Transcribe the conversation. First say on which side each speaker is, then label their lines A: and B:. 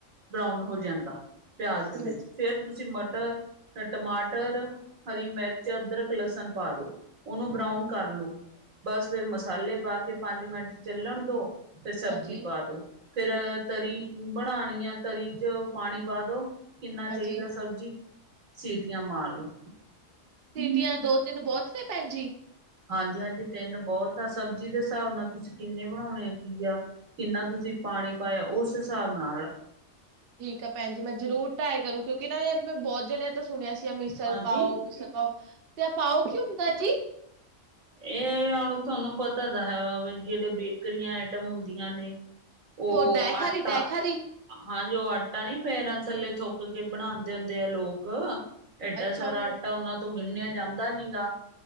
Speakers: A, on the right; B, on the right.
A: ਬਰਾਊਨ ਹੋ ਜਾਂਦਾ। ਪਿਆਜ਼ ਦੇ ਵਿੱਚ
B: ਹੂੰ,
A: ਫੇਰ ਤੁਸੀਂ ਮਟਰ। ਫੇਰ, ਟਮਾਟਰ, ਹਰੀ ਮਿਰਚ, ਅਦਰਕ, ਲਸਣ ਪਾ ਦੋ, ਉਹਨੂੰ ਬਰਾਊਨ ਕਰ ਲੋ। ਬਸ ਫਿਰ, ਮਸਾਲੇ ਪਾ ਕੇ ਪੰਜ ਮਿੰਟ ਚੱਲਣ ਦੋ। ਫਿਰ ਸਬਜ਼ੀ
B: ਹਾਂਜੀ
A: ਪਾ ਦੋ, ਫੇਰ ਤਰੀ ਬਣਾਉਣੀ ਆ, ਤਰੀ 'ਚ ਪਾਣੀ ਪਾ ਦੋ। ਕਿੰਨਾ
B: ਹਾਂਜੀ
A: ਚਾਹੀਦਾ? ਸਬਜ਼ੀ 'ਚ ਸਿੱਟਿਆ ਮਾਰ ਲਓ।
B: ਸੀਟੀਆਂ ਦੋ-ਤਿੰਨ ਬਹੁਤ ਨੇ, ਭੈਣਜੀ।
A: ਹਾਂਜੀ, ਹਾਂਜੀ। ਤਿੰਨ ਬਹੁਤ ਆ, ਸਬਜ਼ੀ ਦੇ ਹਿਸਾਬ ਨਾਲ। ਤੁਸੀਂ ਕਿੰਨੇ ਬਣਾਉਣੇ ਆ? ਕੀ ਆ? ਕਿੰਨਾ ਤੁਸੀਂ? ਤੁਸੀਂ ਪਾਣੀ ਪਾਇਆ, ਉਸ ਹਿਸਾਬ ਨਾਲ।
B: ਠੀਕ ਹੈ, ਭੈਣਜੀ! ਮੈਂ ਜ਼ਰੂਰ ਟਰਾਈ ਕਰੂੰ, ਕਿਉਂਕਿ ਨਾ ਯਾਰ, ਮੈਂ ਬਹੁਤ ਜਣੇਯਾਂ ਤੋ ਸ ਹੁਣ ਅਸੀਂ ਮਿਸਲ
A: ਹਾਂਜੀ
B: ਪਾਓ ਕੋਈ ਸਤੋ ਤੇ ਪਾਓ ਕੀ ਹੁੰਦਾ ਜੀ।
A: ਇਹ ਹੁਣ ਤੁਹਾਨੂੰ ਪਤਾ ਦਾ ਹੈ, ਵ ਵੀ ਜਿਹੜੇ ਬੇਕਰੀਆਂ ਆਈਟਮ ਹੁੰਦੀਆਂ ਨੇ। ਉਹ
B: ਡੈ
A: ਆਟਾ।
B: ਖਾਰੀ ਡੈ ਖਾਰੀ
A: ਹਾਂਜੀ, ਉਹ ਆਟਾ ਨੀ, ਪੈਰਾਂ ਥੱਲੇ ਥੁੱਕ ਕੇ ਬਣਾਉਂਦੇ ਹੁੰਦੇ ਆ ਲੋਕ। ਏਡਾ
B: ਅੱਛਾ
A: ਸਾਰਾ
B: ਉਹਨੂੰ
A: ਆਟਾ ਉਹਨਾਂ ਤੋਂ ਗੁੰਨਿਆ ਜਾਂਦਾ ਨੀ ਗਾ